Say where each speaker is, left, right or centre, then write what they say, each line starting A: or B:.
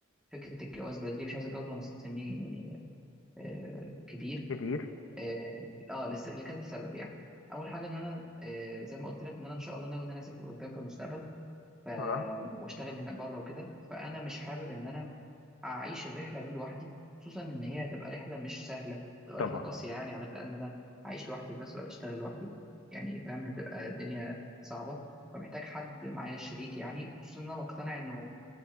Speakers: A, in the centre; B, on the left.
A: فكره الجواز بدري مش عايز اتجوز وانا سني آه كبير
B: كبير
A: اه آه، لس- لكذا سبب يعني اول حاجه ان انا آه زي ما قلت لك ان انا ان شاء الله ناوي ان انا اسافر قدام في المستقبل ف
B: اه
A: واشتغل هناك بره وكده فانا مش حابب ان انا اعيش الرحله دي لوحدي خصوصا ان هي هتبقى رحله مش سهله تبقى
B: طبعا
A: رحله قاسيه يعني على لان انا عايش لوحدي في نفس الوقت اشتغل لوحدي يعني فاهم هتبقى الدنيا صعبه فمحتاج حد معايا شريك يعني خصوصا ان انا مقتنع انه